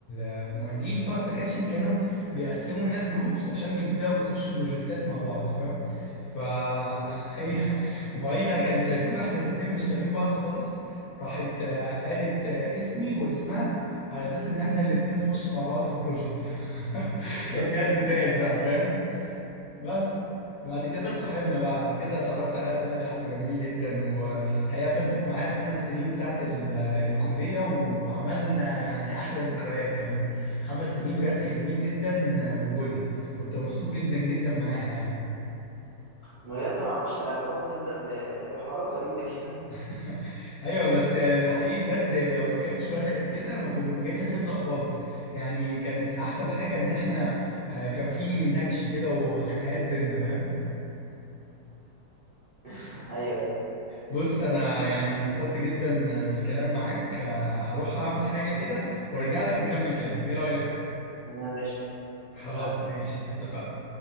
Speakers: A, on the left (about 70°); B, on the right (about 50°).
A: المعيدين بتوع السكاشن كانوا بيقسموا الناس جروبس عشان يبدأوا يخشوا بروجكتات مع بعض فاهم فهي
B: مم.
A: <laughs> معيدة كانت شايفانا احنا الاتنين مش طايقين بعض خالص راحت آه، قالت آه، اسمي واسمها على اساس ان احنا الاتنين نخش مع بعض في بروجكت <laughs>
B: <laughs>
A: كان جلد زايد بقى فاهم بس بعد كده اتصاحبنا بقى بعد كده اتعرفت عليها طلعت حد جميل جدا وهي فضلت معايا الخمس سنين بتاعت ال- الكلية وعملنا يعني أحلى ذكريات كانت خمس سنين بجد حلوين جدا بوجودها كنت مبسوط جدا جدا معاها يعني
B: بجد ما اعرفش العلاقات بتبدأ ب- بحوارات غريبة كده
A: <laughs> ايوه بس حقيقي بجد لو ما كانتش بدأت كده ما كنت ما كانتش هتبدأ خالص يعني كانت احسن حاجة ان
B: مم.
A: احنا آه، كان في نكش كده وخناقات بينا فاهم
B: <laughs> ايوه
A: بص انا يعني انبسطت جدا بالكلام معاك آه، هروح اعمل حاجة كده وارجع لك نكمل كلام ايه رأيك
B: تمام قشطة
A: خلاص
B: اتفقنا
A: ماشي اتفقنا